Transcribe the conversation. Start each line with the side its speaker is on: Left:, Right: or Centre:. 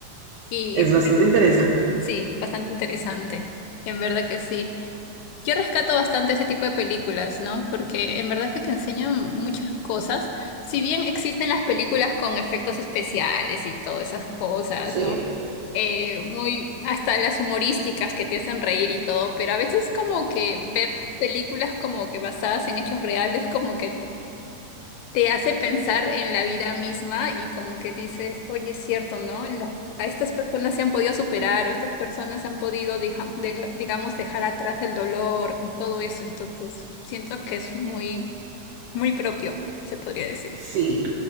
Left: Y
Right: Es bastante
Left: me gustó.
Right: interesante.
Left: Sí, bastante interesante. En verdad que sí. Yo rescato bastante ese tipo de películas, ¿no? Porque en verdad que te enseñan muchas cosas. Si bien existen las películas con efectos especiales y todas esas cosas,
Right: Sí.
Left: ¿no? eh, muy, hasta las humorísticas que te hacen reír y todo, pero a veces como que ver películas como que basadas en hechos reales, como que te hace pensar en la vida misma y como que dices, oye, es cierto, ¿no? La- a estas personas se han podido superar o estas personas han podido, dija- de- digamos, dejar atrás el dolor y todo eso, entonces siento que es muy, muy propio, se podría decir.
Right: Sí.